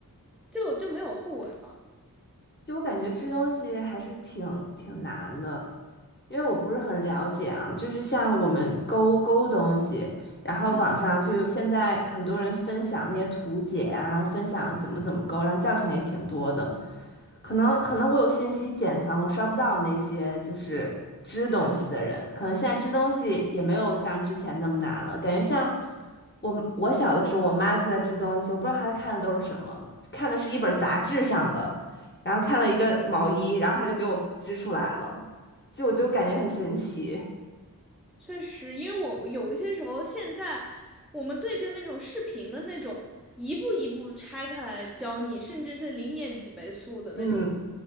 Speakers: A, in the centre; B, on the left (about 30°).
A: 就就没有后文了。
B: 就我感觉织东西还是挺挺难的。因为我不是很了解啊，就是像我们勾勾东西，然后网上就现在很多人分享那些图解啊，
A: 嗯。
B: 然后分享怎么怎么勾，然后教程也挺多的。可能可能我有信息茧房，我刷不到那些就是织东西的人，可能现在织东西也没有像之前那么难了，感觉像我我小的时候，我妈在那织东西，我不知道她看的都是什么，看的是一本杂志上的，然后看了一个毛衣，然后她就给我织出来了，就我就感觉很神奇，
A: 确实，因为我有一些时候，现在我们对着那种视频的那种，一步一步拆开来教你，甚至是零点几倍速的那种，
B: 嗯，